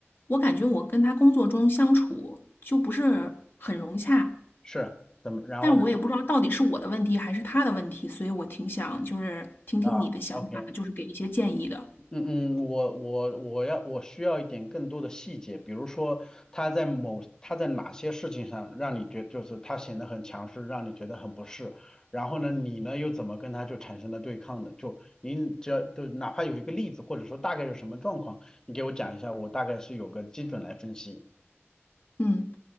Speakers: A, on the left; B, on the left.
A: 我感觉我跟他工作中相处就不是很融洽，
B: 是怎么？然后呢？
A: 但我也不知道到底是我的问题还是他的问题，所以我挺想就是听听你的想法，
B: 啊，OK，
A: 就是给一些建议的。
B: 嗯嗯，我我我要我需要一点更多的细节，比如说他在某他在哪些事情上让你觉就是他显得很强势，让你觉得很不适，然后呢，你呢又怎么跟他就产生了对抗的？就您只要就哪怕有一个例子，或者说大概是什么状况，你给我讲一下，我大概是有个基准来分析。
A: 嗯，